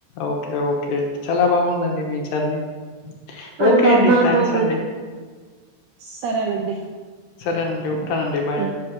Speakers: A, on the left; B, on the right.
A: ఓకే. ఓకే. చాలా బాగుందండి మీ జర్నీ. ఓకే
B: ఇంగా
A: అండి.
B: అన్నా అన్నన్న
A: థాంక్స్ అండి.
B: సరేనండి
A: సరేనండి ఉట్టానండి బాయ్
B: ఆ
A: అండి